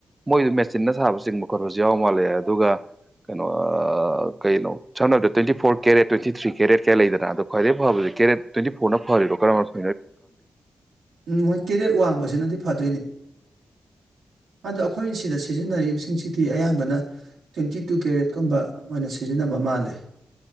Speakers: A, on the right (about 20°); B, on the right (about 80°).
A: ꯃꯣꯏꯗꯨ ꯃꯦꯆꯤꯟꯅ ꯁꯥꯕ ꯆꯤꯡꯕ ꯀꯩꯅꯣꯁꯨ ꯌꯥꯎ ꯃꯥꯜꯂꯦ ꯑꯗꯨꯒ ꯀꯩꯅꯣ ꯑꯥ ꯀꯩꯅꯣ ꯁꯝꯅꯗꯣ twenty four carat twenty three carat ꯀꯥ ꯂꯩꯗꯅ ꯑꯗꯣ ꯈ꯭ꯋꯥꯏꯗꯩ ꯐꯕꯁꯦ ꯀꯦꯔꯦꯠ ꯇ꯭ꯋꯦꯟꯇꯤ ꯐꯣꯔꯅ ꯐꯔꯤꯔꯣ ꯀꯔꯝꯕ
B: ꯎꯝ ꯃꯣꯏ ꯀꯦꯔꯦꯠ ꯋꯥꯡꯕꯁꯤꯅꯗꯤ ꯐꯗꯣꯏꯅꯦ ꯑꯗꯣ ꯑꯩꯈꯣꯏ ꯁꯤꯗ ꯁꯤꯖꯤꯟꯅꯔꯤꯕꯁꯤꯡꯁꯤꯗꯤ ꯑꯌꯥꯝꯕꯅ ꯇ꯭ꯋꯦꯟꯇꯤ ꯇꯨ ꯀꯦꯔꯦꯠꯀꯨꯝꯕ ꯑꯣꯏꯅ ꯁꯤꯖꯤꯟꯅꯕ ꯃꯥꯜꯂꯦ